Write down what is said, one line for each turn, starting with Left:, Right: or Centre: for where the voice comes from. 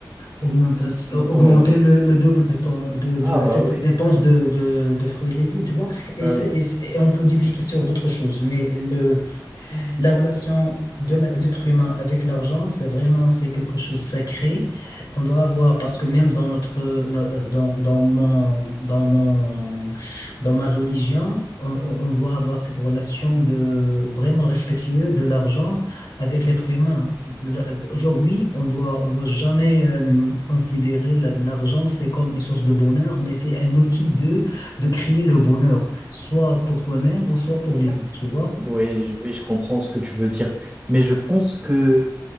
Left: augmentation,
Right: L-
Left: euh, augmenter
Right: Oh ouais.
Left: le, le double de, ton, de, de
Right: Ah
Left: la,
Right: bah
Left: cette
Right: oui,
Left: dépense de, de, de fruits et légumes, tu vois.
Right: bah
Left: Et, c'est-
Right: oui.
Left: et, c'est- et on peut dupliquer sur d'autres choses. Mais le la relation de la- d'être humain avec l'argent, c'est vraiment c'est quelque chose de sacré. On doit avoir parce que même dans notre no- euh, dans, dans mon dans mon dans ma religion, on, on- on doit avoir cette relation de vraiment respectueux de l'argent avec l'être humain. L- Aujourd'hui, on doit on doit jamais euh, considérer la- l'argent c'est comme une source de bonheur, mais c'est un outil de de créer le bonheur, soit pour toi-même ou soit pour les autres, tu vois.
Right: Oui, je, oui, je comprends ce que tu veux dire. Mais je pense que